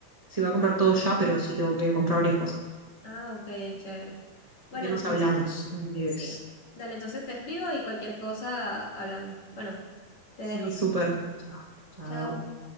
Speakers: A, on the right; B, on the left.
A: si voy a comprar todo ya, pero sí tengo que comprar varias cosas.
B: Ah, ok, chévere. Bueno,
A: Así que
B: entonces
A: nos hablamos en breves.
B: Sí. Dale, entonces te escribo y cualquier cosa hablamos. Bueno, te
A: Sí,
B: dejo.
A: súper. Chao. Chao.
B: Chao.